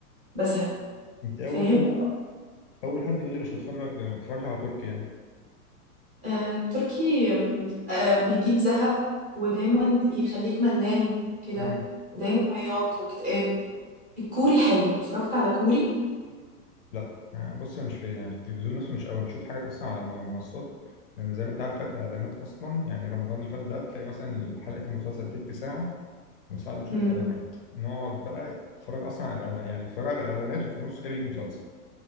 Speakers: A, on the right; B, on the left.
A: بزهق
B: انت اول
A: فاهم
B: اول حد يقول لي مش هتفرج ما بتفرجش على تركي يعني
A: آه التركي آم، آه بيجيب زهق ودايما يخليك ملان كده
B: امم
A: دايما عياط واكتئاب الكوري حلو اتفرجت على كوري
B: لا ما- بص أنا مش في يعني في التلفزيون نفسه مش قوي أنا بشوف حاجات اصلا على م- منصات لان زي ما انت عارف الاعلانات اصلا يعني رمضان اللي فات ده تلاقي مثلا حلقه المسلسل تلت ساعه وساعه الا تلت
A: امم
B: اعلانات نقعد بقى نتفرج اصلا على الإعلان- يعني نتفرج على الاعلانات وفي النص كده بيجي مسلسل